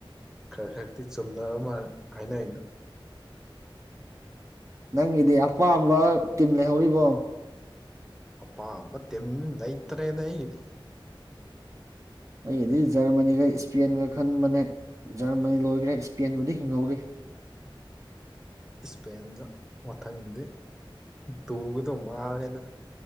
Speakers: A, in the centre; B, on the right.
A: ꯈꯔ ꯈꯛꯇꯤ ꯆꯨꯝꯅꯕ ꯃꯥꯜ ꯍꯥꯏꯅꯩꯗꯣ
B: ꯅꯪꯒꯤꯗꯤ ꯑꯄꯥꯝꯕ ꯇꯤꯝ ꯂꯩꯍꯧꯔꯤꯕꯣ
A: ꯑꯄꯥꯝꯕ ꯇꯤꯝ ꯂꯩꯇ꯭ꯔꯦꯗ ꯑꯩꯗꯤ
B: ꯑꯩꯗꯤ ꯖꯔꯃꯅꯤꯒ ꯏꯁꯄꯦꯟꯒ ꯈꯟꯕꯅꯦ ꯖꯔꯃꯅꯤ ꯂꯣꯏꯒꯔꯦ ꯏꯁꯄꯦꯟꯕꯨꯗꯤ ꯍꯤꯡꯍꯧꯔꯤ
A: ꯏꯁꯄꯦꯟꯗ ꯃꯊꯪꯗꯤ ꯇꯨꯒꯗꯧ ꯃꯥꯂꯦꯅ